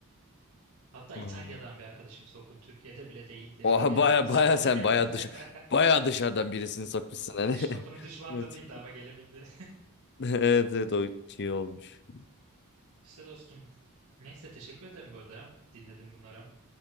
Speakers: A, on the right; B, on the left.
A: Hatta
B: Hmm.
A: İtalya'dan bir arkadaşımı soktum. Türkiye'de bile değildi.
B: Oha
A: <laughs> Yani
B: baya
A: ziyarete
B: baya sen
A: geldi.
B: baya
A: <laughs>
B: dış baya dışarıdan birisini sokmuşsun
A: Ya
B: hani.
A: dış kapının
B: <laughs>
A: dış vandalıydı
B: Evet.
A: ama gelebildi.
B: <laughs> Evet evet o iyi olmuş.
A: <laughs> İşte dostum. Neyse teşekkür ederim bu arada ya. Dinledin bunları.